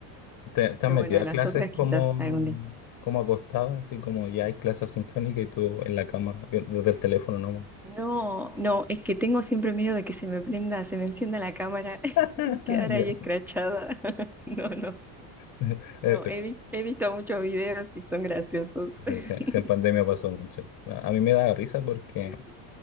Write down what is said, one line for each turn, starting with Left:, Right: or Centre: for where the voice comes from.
Left: ¿Te, te
Centre: pero
Left: has metido
Centre: bueno, a
Left: a
Centre: las
Left: clases
Centre: otras
Left: como,
Centre: quizás algún día.
Left: como acostada, así como ya hay clases sincrónicas y tú en la cama, vi- desde el teléfono nomás?
Centre: No, no, es que tengo siempre miedo de que se me prenda, se me encienda la cámara <laughs>
Left: <laughs>
Centre: y quedar
Left: Ah, Ya.
Centre: ahí escrachada. <laughs> No, no,
Left: <laughs> Eh,
Centre: no,
Left: eh,
Centre: he visto, he visto muchos videos y son graciosos.
Left: se-
Centre: <laughs>
Left: se- se en pandemia pasó mucho. A a mí me daba risa porque
Centre: Sí, sí.